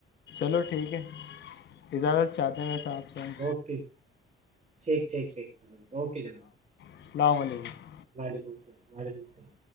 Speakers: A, on the left; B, on the right.
A: چلو ٹھیک ہے اجازت چاہتے ہیں ویسا آپ سے ہم
B: اوکے ٹھیک ٹھیک ٹھیک اوکے جناب
A: السلام علیکم
B: وعلیکم السلام وعلیکم السلام